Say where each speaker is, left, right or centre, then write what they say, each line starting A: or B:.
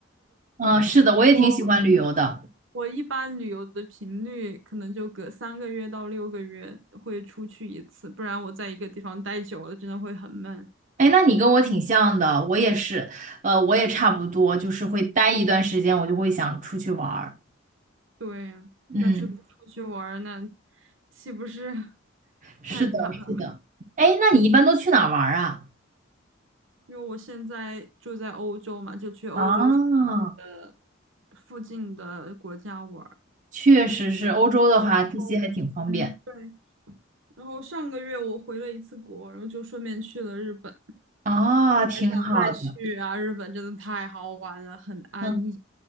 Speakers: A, on the right (about 40°); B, on the right (about 75°).
A: 嗯，是的，我也挺喜欢旅游的。
B: 我我一般旅游的频率可能就隔三个月到六个月会出去一次，不然我在一个地方待久了真的会很闷。
A: 哎，那你跟我挺像的，我也是，呃，我也差不多，就是会待一段时间，我就会想出去玩儿。
B: 对呀，
A: 嗯，
B: 要是不出去玩儿，那岂不是 <laughs>
A: 是的，
B: 太惨了？
A: 是的。哎，那你一般都去哪儿玩儿啊？
B: 因为我现在住在欧洲嘛，就去欧洲附近的
A: 啊，
B: 附近的国家玩。
A: 确实是，欧洲的话，
B: 哦，
A: 这些还挺方便。
B: 嗯，对，然后上个月我回了一次国，然后就顺便去了日本，
A: 啊，挺好的。
B: 还想再去啊！日本真的太好玩了，很安逸。
A: 嗯